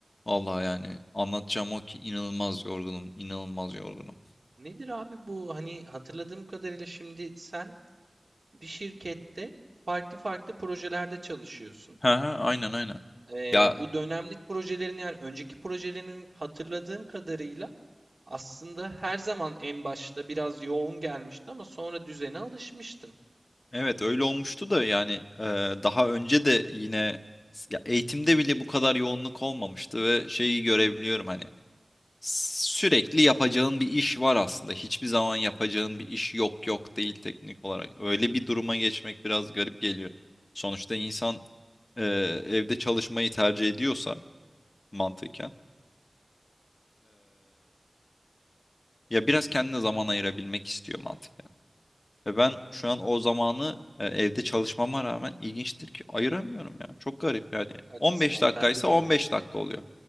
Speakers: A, on the left; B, on the right.
A: Vallahi yani anlatacağım o ki inanılmaz yorgunum, inanılmaz yorgunum.
B: Nedir abi bu? Hani hatırladığım kadarıyla şimdi sen bir şirkette farklı farklı projelerde çalışıyorsun.
A: He he aynen aynen.
B: Ee,
A: Ya
B: bu dönemlik projelerin yani önceki projelerin hatırladığım kadarıyla aslında her zaman en başta biraz yoğun gelmişti ama sonra düzene alışmıştın.
A: evet öyle olmuştu da yani e, daha önce de yine ya eğitimde bile bu kadar yoğunluk olmamıştı ve şeyi görebiliyorum
B: Hmm,
A: hani sürekli yapacağın bir iş var aslında. Hiçbir zaman yapacağın bir iş yok yok değil teknik olarak. Öyle bir duruma geçmek biraz garip geliyor. Sonuçta insan e, evde çalışmayı tercih ediyorsa mantıken. Ya biraz kendine zaman ayırabilmek istiyor mantıken. Ve ben şu an o zamanı e, evde çalışmama rağmen ilginçtir ki ayıramıyorum ya. Çok garip yani.
B: çok haklısın
A: 15
B: abi.
A: dakikaysa
B: Bende de
A: 15
B: aynı.
A: dakika oluyor.